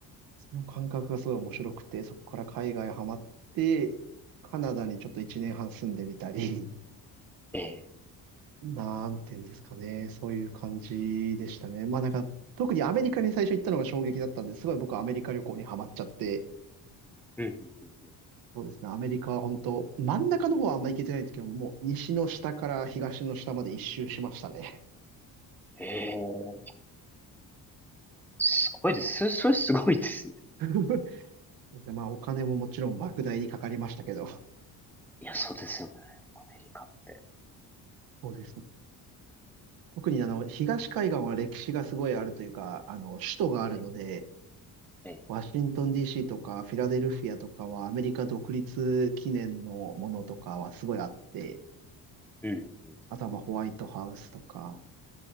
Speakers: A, on the right; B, in the centre.
A: その感覚がすごい面白くて、そこから海外ハマって、カナダにちょっと1年半住んでみたり、
B: に。ええ、
A: <laughs> なんていうんですかね、そういう感じでしたね。まあなんか、特にアメリカに最初行ったのが衝撃だったんですごい僕はアメリカ旅行にハマっちゃって、
B: うん、うん、うんうん
A: そうですね、アメリカは本当、真ん中の方はあんま行けてないんですけど、もう西の下から東の下まで一周しましたね。
B: ええ、すごいです。そ <laughs> それすごいですね。
A: <laughs> そうですねまあお金ももちろん莫大にかかりましたけど、
B: いや、そうですよね。アメリカって。
A: そうですね。特にあの、東海岸は歴史がすごいあるというか、あの、首都があるので、
B: ええ、ええ、
A: ワシントン DC とかフィラデルフィアとかはアメリカ独立記念のものとかはすごいあって、
B: うん、うんうん。
A: あとはまあホワイトハウスとか、